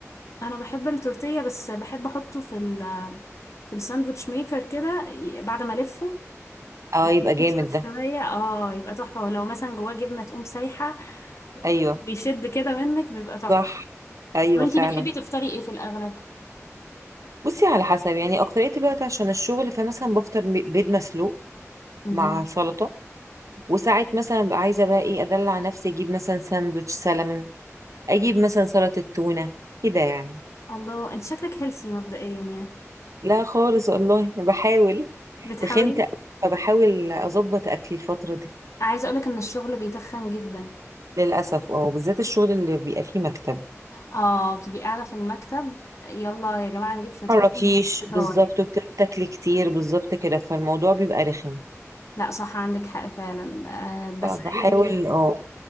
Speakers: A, on the left (about 70°); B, on the right (about 80°).
A: انا بحب التورتيه بس بحب احطه في ال في الساندوتش ميكر كده ي- بعد ما الفه
B: اه
A: يبقى
B: يبقى جامد ده
A: شفاية اه يبقى تحفة ولو مثلا جواه جبنة تقوم سايحة
B: ايوه
A: بيشد كده منك بيبقى تحفة
B: صح ايوه
A: طب انتي
B: فعلا
A: بتحبي تفطري ايه في الأغلب؟
B: بصي على حسب يعني اكتريه الوقت عشان الشغل فمثلا بفطر ب- بيض مسلوق
A: مم.
B: مع سلطه وساعات مثلا ببقى عايزه بقى ايه ادلع نفسي اجيب مثلا ساندوتش سلمون اجيب مثلا سلطه تونه كده يعني
A: الله انت شكلك هيلثي مبدئيا يعني
B: لا خالص والله بحاول
A: بتحاولي
B: تخنت أوي، فبحاول اظبط اكلي الفتره دي
A: عايزة اقولك ان الشغل بيتخن جدا
B: للاسف اه بالذات الشغل اللي بيبقى فيه مكتب
A: اه بتبقي قاعدة في المكتب يلا يا جماعة نجيب فطار
B: متحركيش
A: نجيب فطار
B: بالظبط وبتاكلي كتير بالظبط كده فالموضوع بيبقى رخم
A: لا صح عندك حق فعلا آه بس
B: فبحاول
A: يعني
B: اه